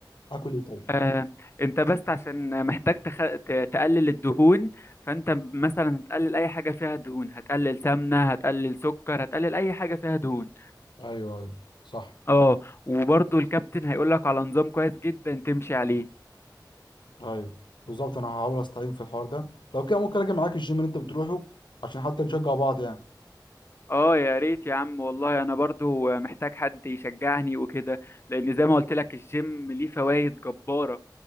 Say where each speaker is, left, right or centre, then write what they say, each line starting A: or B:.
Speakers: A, on the left; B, on the left.
A: اكل ايه طيب
B: آه، انت بس عشان محتاج تخ... ت- تقلل الدهون فانت مثلا هتقلل اي حاجه فيها دهون هتقلل سمنه هتقلل سكر هتقلل اي حاجه فيها دهون
A: ايوه ايوه صح
B: اه وبرضو الكابتن هيقول لك على نظام كويس جدا تمشي عليه
A: ايوه بالظبط انا هحاول استعين في الحوار ده لو كده ممكن اجي معاك الجيم اللي انت بتروحه عشان حتى نشجع بعض يعني
B: اه يا ريت يا عم والله انا برضو محتاج حد يشجعني وكده لان زي ما قلت لك الجيم ليه فوائد جباره